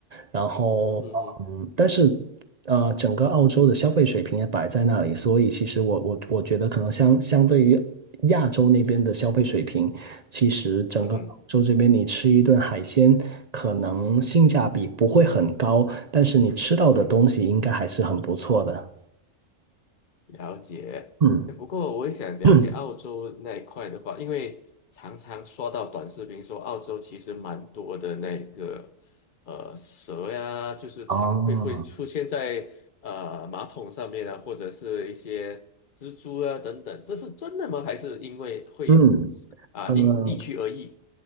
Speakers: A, on the right; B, on the left.
A: 然后，
B: 嗯哼哼，
A: 嗯，但是呃，整个澳洲的消费水平也摆在那里，所以其实我我我觉得可能相相对于亚洲那边的消费水平，其实整个澳洲这边你吃一顿海鲜，
B: 嗯哼。
A: 可能性价比不会很高，但是你吃到的东西应该还是很不错的。
B: 了解，
A: 嗯，
B: 哎不过我也想了解澳洲那一块的话，
A: 嗯
B: 因为常常刷到短视频说澳洲其实蛮多的那个呃蛇呀，就是常会会出现在呃马桶上面啊，
A: 哦，
B: 或者是一些蜘蛛啊等等，这是真的吗？还是因为会
A: 嗯，
B: 啊、
A: 呃，
B: 因地区而异？